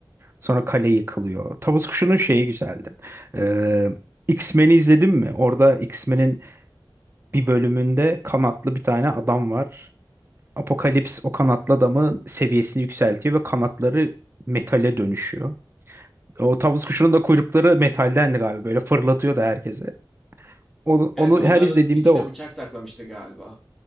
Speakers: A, on the right; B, in the centre.
A: Sonra kale yıkılıyor. Tavus Kuşu'nun şeyi güzeldi. Ee, X-Men'i izledin mi? Orada X-Men'in bir bölümünde kanatlı bir tane adam var. Apokalips o kanatlı adamın seviyesini yükseltiyor ve kanatları metale dönüşüyor. O tavus kuşunun da kuyrukları metaldendi galiba. Böyle fırlatıyor da herkese. Onu,
B: Evet
A: onu
B: onların
A: her izlediğimde
B: içine
A: o
B: bıçak saklamıştı galiba.